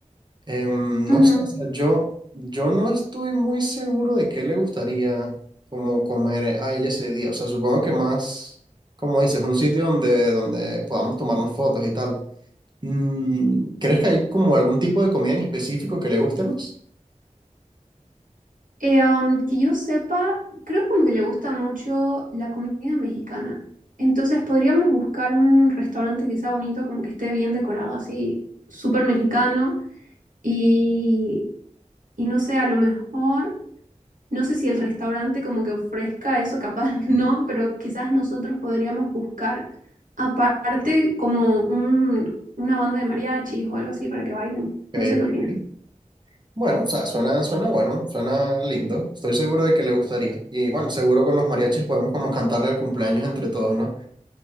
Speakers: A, on the right; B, on the right.
A: Em,
B: Ujú.
A: no sé, o sea, yo, yo no estoy muy seguro de qué le gustaría como comer a ella ese día. O sea, supongo que más, como dices, un sitio donde, donde podamos tomarnos fotos y tal. Mm, ¿crees que hay como algún tipo de comida en específico que le guste más?
B: Eh, um, que yo sepa, creo como que le gusta mucho la comida mexicana. Entonces podríamos buscar un restaurante que sea bonito, como que esté bien decorado, así súper mexicano. Y, y no sé, a lo mejor. No sé si el restaurante como que ofrezca eso, capaz <laughs> no, pero quizás nosotros podríamos buscar aparte como un- una banda de mariachis o algo así para que vayan.
A: Ok,
B: No sé qué
A: ok.
B: opinas.
A: Bueno, o sea, suena, suena bueno, suena lindo. Estoy seguro de que le gustaría. Y bueno, seguro con los mariachis podemos como cantarle el cumpleaños entre todos, ¿no?